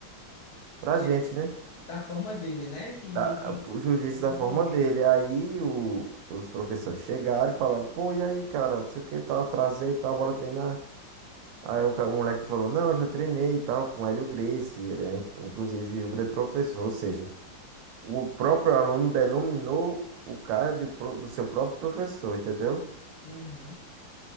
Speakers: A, on the right; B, on the left.
A: pra
B: Que,
A: gente, né?
B: Da forma dele, né? Que
A: Da-
B: ele tem
A: O jiu-jitsu
B: desenvolvido.
A: da forma dele. Aí o- os professores chegaram e falaram, pô, e aí, cara, não sei o que, tal, atrasei e tal, bora treinar. Aí o, ca- o moleque falou, não, eu já treinei e tal, com o Hélio Gracie, ele é, inclusive, o grande professor, ou seja, o próprio aluno denominou o cara de pro- do seu próprio professor, entendeu?
B: Uhum.